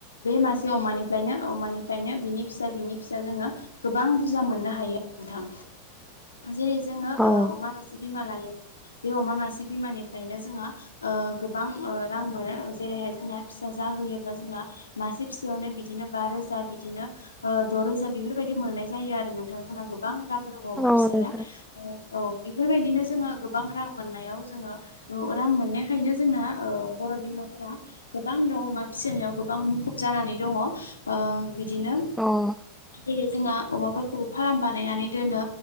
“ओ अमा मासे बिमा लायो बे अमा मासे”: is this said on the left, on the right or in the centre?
Left